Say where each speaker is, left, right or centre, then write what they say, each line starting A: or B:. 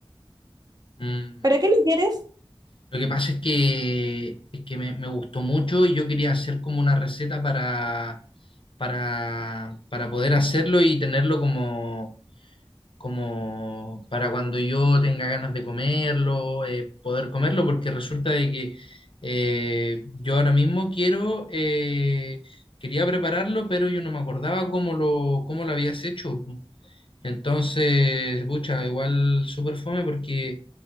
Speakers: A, on the left (about 65°); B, on the right (about 40°).
A: Mm,
B: ¿Para qué lo quieres?
A: Lo que pasa es que, es que me, me gustó mucho y yo quería hacer como una receta para, para, para poder hacerlo y tenerlo como como para cuando yo tenga ganas de comerlo, eh, poder comerlo, porque resulta de que eh, yo ahora mismo quiero, eh, quería prepararlo, pero yo no me acordaba cómo lo, cómo lo habías hecho. Entonces, pucha, igual súper fome porque